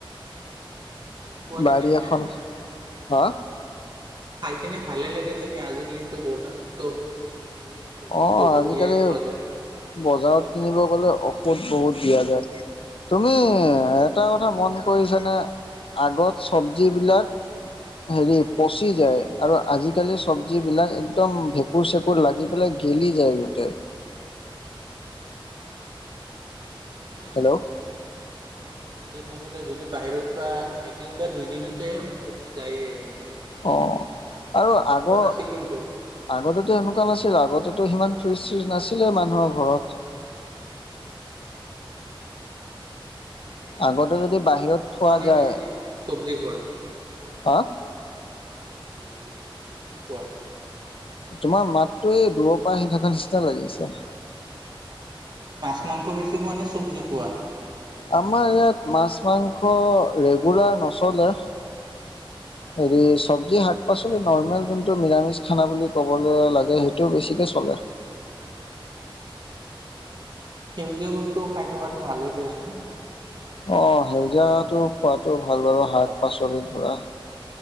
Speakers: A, on the right (about 50°); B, on the left (about 75°).
A: ভালেই পোৱা
B: বাৰী
A: তেতিয়াহ'লে।
B: এখন হা
A: খাই কিনে ভালে লাগে চাগে আজিকালিতো বজাৰত চ'ব। এইবিলাক ঔষধ
B: অ'
A: চৌষধ
B: আজিকালি
A: দিয়াই পোৱা যায়।
B: বজাৰত কিনিব গ'লে ঔষধ বহুত। দিয়া যায়, তুমি এটা কথা মন কৰিছ নে। আগত চব্জিবিলাক। হেৰি পচি যায় আৰু আজিকালি চব্জি বিলাক একদম ভেঁকুৰ চেকুৰ লাগি পেলাই। গেলি যায় গোটেই।
A: আহ' অ'। আজিকালি
B: হেল্ল'
A: বেছি সময়ো নাথাকে ন ফ্ৰিজত ন। লে যদি বাহিৰত থোৱা এদিন বা দুই দিনতে পচি যায়ে এক দম।
B: অ' আৰু আগৰ
A: নাছিল কিন্তু।
B: আগতেতো এনেকুৱা নাছিল আগতেতো সিমান। ফ্ৰিজ চিজ নাছিলে মানুহৰ ঘৰত।
A: এনেই তুমি
B: আগতে যদি
A: মাছ,
B: বাহিৰত
A: মাংস
B: থোৱা
A: খোৱা নে
B: যায়
A: বেছি চব্জি খোৱা।
B: হা
A: মাছ, মাংস বেছি খোৱা নে চব্জি খোৱা।
B: তোমাৰ মাতটো এই দূৰৰ পৰা আহি থকা নিচিনা লাগিছে।
A: অ' এনেই তুমি মাছ, মাংস বেছি খোৱা নে চব্জি খোৱা।
B: আমাৰ ইয়াত মাছ,
A: শুনিছানে?
B: মাংস ৰেগুলাৰ নচলে।
A: উম,
B: হেৰিচ। চব্জি শাক পাচলি নৰ্মেল যোনটো নিৰামিষ খানা বুলি ক'বলৈ লাগে, সেইটো বেছিকৈ চলে।
A: আহ' সেউজীয়া বস্তু খাই থকাতো ভালো দিয়াচোন।
B: অ' সেউজীয়াটো খোৱাতটো ভাল বাৰু শাক পাচলি ধৰা।